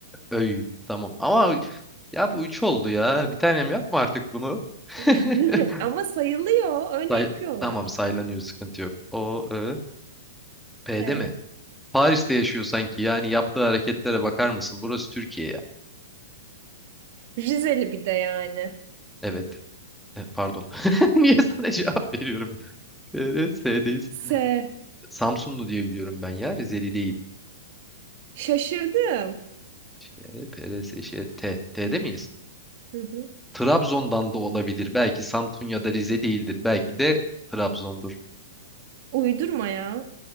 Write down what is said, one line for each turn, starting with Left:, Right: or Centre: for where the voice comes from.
Centre: Öy. Tamam. Ama ya bu üç oldu ya. Bir tanem yapma artık bunu. <laughs>
Right: <laughs> Ama sayılıyor. Öyle
Centre: Say-
Right: yapıyorlar.
Centre: tamam saylanıyor sıkıntı yok. O Ö, P'de
Right: P.
Centre: mi? Paris'te yaşıyor sanki. Yani yaptığı hareketlere bakar mısın? Burası Türkiye ya.
Right: Rizeli bir de yani.
Centre: Evet. E, pardon. <laughs> Niye sana cevap veriyorum? PRS'deyiz.
Right: S.
Centre: Samsunlu diye biliyorum ben ya. Rizeli değil.
Right: Şaşırdım.
Centre: Şey, PRS, şey, T. T'de miyiz?
Right: Hı hı.
Centre: Trabzon'dan da olabilir. Belki Samsun ya da Rize değildir. Belki de Trabzon'dur.
Right: Uydurma ya.